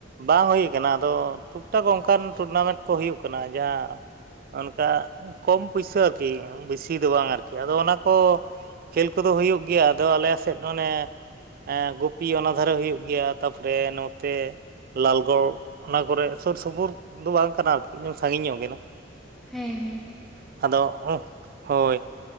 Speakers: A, on the right (about 50°); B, in the centre.
A: ᱵᱟᱝ ᱦᱩᱭ ᱠᱟᱱᱟ ᱟᱫᱚ ᱴᱩᱠ ᱴᱟᱠ ᱚᱱᱠᱟᱱ ᱴᱩᱨᱱᱟᱢᱮᱱᱴ ᱠᱚ ᱦᱩᱭᱩᱜ ᱠᱟᱱᱟ ᱡᱟᱦᱟᱸ ᱚᱱᱠᱟ ᱠᱚᱢ ᱯᱩᱭᱥᱟ ᱟᱨᱠᱤ ᱵᱤᱥᱤ ᱫᱚ ᱵᱟᱝ ᱟᱨ ᱟᱫᱚ ᱚᱱᱟ ᱠᱚ ᱠᱷᱮᱞ ᱠᱚᱫᱚ ᱦᱩᱭᱩᱜ ᱜᱮᱭᱟ ᱟᱫᱚ ᱟᱞᱮ ᱥᱮᱫ ᱚᱱᱮ ᱦᱮᱸ ᱜᱩᱯᱤ ᱚᱱᱟ ᱫᱷᱟᱨᱮ ᱦᱩᱭᱩᱜ ᱜᱮᱭᱟ, ᱛᱟᱯᱚᱨᱮ ᱱᱚᱛᱮ ᱞᱟᱞᱜᱚᱲ ᱚᱱᱟ ᱠᱚᱨᱮ ᱥᱩᱨ ᱥᱩᱯᱩᱨ ᱫᱚ ᱵᱟᱝ ᱠᱟᱱᱟ ᱟᱨᱠᱤ ᱥᱟᱹᱜᱤᱧ ᱧᱚᱜ ᱜᱮ ᱠᱟᱱᱟ ᱾
B: ᱦᱮᱸ ᱦᱮᱸ ᱾
A: ᱟᱫᱚ ᱦᱳᱭ ᱾